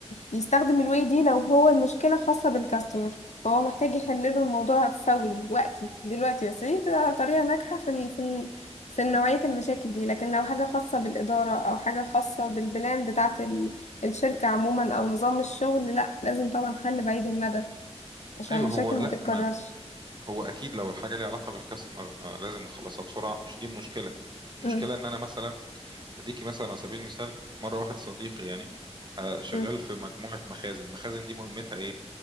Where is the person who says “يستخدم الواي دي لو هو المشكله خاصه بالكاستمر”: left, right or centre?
Left